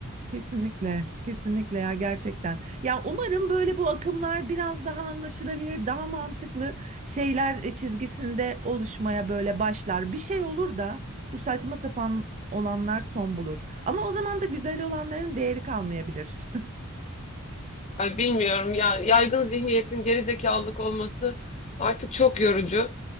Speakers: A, on the right; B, on the left.
A: Kesinlikle, kesinlikle ya gerçekten. Ya umarım böyle bu akımlar biraz daha anlaşılabilir, daha mantıklı şeyler e, çizgisinde oluşmaya böyle başlar. Bir şey olur da bu saçma sapan olanlar son bulur. Ama o zaman da güzel olanların değeri kalmayabilir. <laughs>
B: Ay bilmiyorum ya yaygın zihniyetin gerizekalılık olması artık çok yorucu.